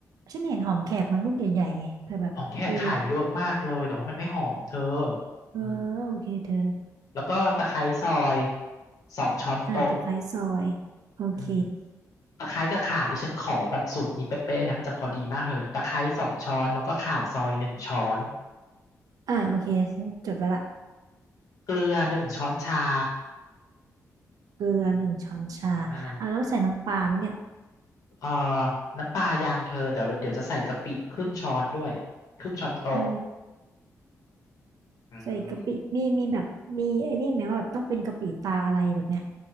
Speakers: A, on the right (about 85°); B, on the left (about 70°).
A: ฉันเห็นหอมแขกมันลูกใหญ่ๆไงเผื่อแบบเออ
B: ของแขกขายเยอะมากเลยแต่ว่ามันไม่หอมเธอ
A: เออโอเคเธอ
B: อืมแล้วก็ตะไคร้ซอยสองช้อนโต๊ะ
A: อ่าตะไคร้ซอยโอเค
B: อืมตะไคร้กับข่านี่ฉันขอแบบสูตรนี้เป๊ะๆนะมันจะพอดีมากเลยตะไคร้สองช้อนแล้วก็ข่าซอยหนึ่งช้อน
A: อ่าโอเคฉันจดไว้ละ
B: เกลือหนึ่งช้อนชา
A: เกลือหนึ่งช้อนชาอ่าแล้วใส่น้ำปลาไหมเนี่ย
B: อ่า เอ่อน้ำปลายังเธอแต่เดี๋ยวจะใส่กะปิครึ่งช้อนด้วยครึ่งช้อนโต๊ะ
A: อ๋อ
B: อืม
A: ใส่กะปิมีมีแบบมีไอ้นี่ไหมว่าแบบต้องเป็นกะปิตาอะไรแบบเนี้ย